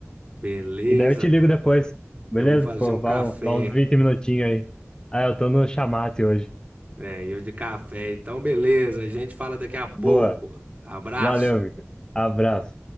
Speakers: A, on the right (about 35°); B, on the left (about 15°).
A: Beleza,
B: e daí eu te ligo depois, beleza?
A: eu vou fazer
B: Pô,
A: um
B: dá,
A: café.
B: um- dá uns 20 minutinhos aí. Ah, eu tô no chamate hoje.
A: É, eu de café, então beleza, a gente fala daqui
B: <laughs>
A: a pouco.
B: Boa,
A: Abraço.
B: valeu, Victor. Abraço.